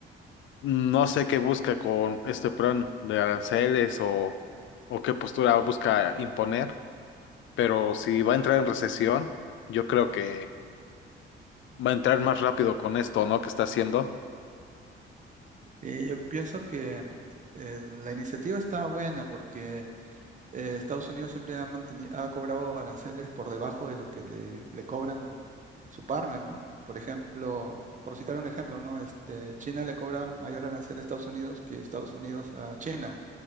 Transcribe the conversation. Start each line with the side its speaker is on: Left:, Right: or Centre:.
Left: No sé qué busca con este plan de aranceles o, o qué postura busca imponer, pero si va a entrar en recesión, yo creo que va a entrar más rápido con esto, ¿no? que está haciendo?
Right: Sí, yo pienso que eh, la iniciativa está buena porque eh, Estados Unidos siempre ha mantenido, ha cobrado aranceles por debajo de lo que le, le cobran su partner, ¿no? Por ejemplo, por citar un ejemplo, ¿no? Este, China le cobra mayor arancel a Estados Unidos que Estados Unidos a China.